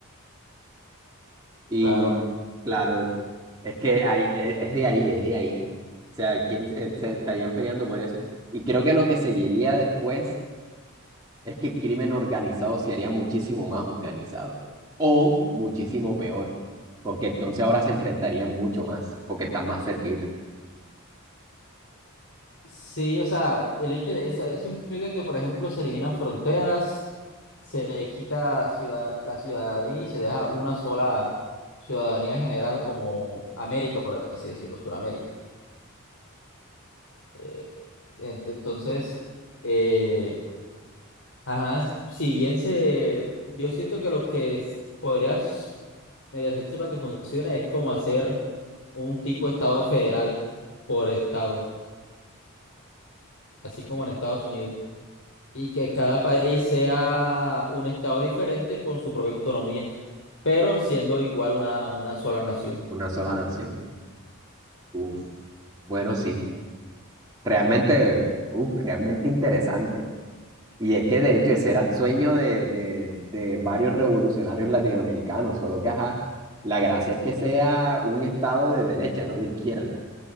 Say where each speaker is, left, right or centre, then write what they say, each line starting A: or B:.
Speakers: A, on the right; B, on the left.
A: Y
B: claro.
A: claro, es que hay, e- es de ahí, es de ahí. O sea, quién eh, se estarían peleando por eso. Y creo que lo que seguiría después Es que el crimen organizado se haría muchísimo más organizado o muchísimo peor, porque entonces ahora se enfrentarían mucho más, porque están más cerquita,
B: Sí, o sea, el hecho de eso, eso implica que, por ejemplo, se eliminan fronteras, se quita ciudad, la ciudadanía y se deja una sola ciudadanía en general como América, por así decirlo, Sudamérica. Eh, ent- entonces... eh, Ajá, s- si bien se, yo siento que lo que s- podrías medio hacerse para que funcione es como hacer un tipo de estado federal por estado, así como en Estados Unidos, y que cada país sea un estado diferente con su propia autonomía, pero siendo igual una, una sola nación.
A: una sola nación. Uf, bueno, sí, realmente, uf, realmente interesante. Y es que de hecho ese era el sueño de, de, de varios revolucionarios latinoamericanos, solo que, ajá, la gracia es que sea un estado de derecha, no de izquierda,